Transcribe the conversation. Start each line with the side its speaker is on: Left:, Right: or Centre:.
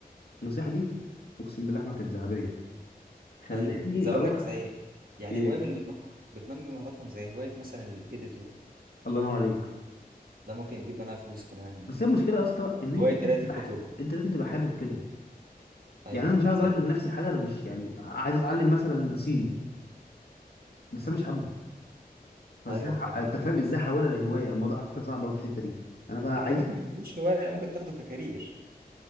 Left: النصيحه دي اقسم بالله ما كانت ذهبيه خلاني
Right: ايوه زي اقول
Left: اروح
Right: لك زي يعني
Left: ايه
Right: هوايه من اللي بتنمر بتنمي مهاراتهم زي هوايه مثلا الايديتور
Left: الله ينور عليك
Right: ده ممكن يجيب منها فلوس كمان
Left: بس هي المشكله يا اسطى ان انت
Right: هوايه
Left: لازم
Right: قرايه
Left: تبقى
Right: الكتب
Left: حابب انت لازم تبقى حابب كده
Right: ايوه
Left: يعني انا مش هقدر
Right: زي
Left: اجبر نفسي حاجه انا مش يعني عايز اتعلم مثلا صيني بس انا مش حابه فازاي
Right: ايوه
Left: ح-
Right: فاهم
Left: انت فاهم ازاي احولها لهوايه الموضوع على فكره صعب أوي في الحته دي انا بقى
Right: انت
Left: عايز
Right: ممكن ما تاخدوش هوايه ممكن تاخده ككارير